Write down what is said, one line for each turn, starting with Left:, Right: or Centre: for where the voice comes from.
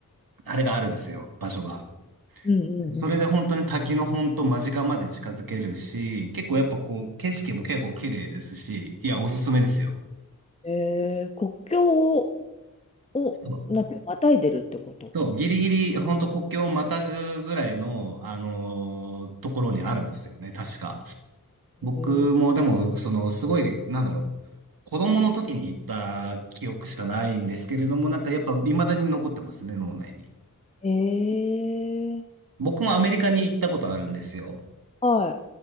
Right: あれがあるんですよ、場所が。
Left: うんうんうん。
Right: それで本当に滝の本当間近まで近づけるし、結構やっぱこう景色も結構綺麗ですし、いや、おすすめですよ。
Left: えー、国境を、をなんて、
Right: そう
Left: またいでるってこと。
Right: そう、ギリギリ本当国境をまたぐぐらいの、あのーところにあるんですよね、確か。僕もでも、
Left: へ
Right: そのすごい、なんだろう、子供の時に行った記憶しかないんですけれども、なんかやっぱ未だに残ってますね、脳内に。
Left: えー、
Right: 僕もアメリカに行ったことあるんですよ。
Left: は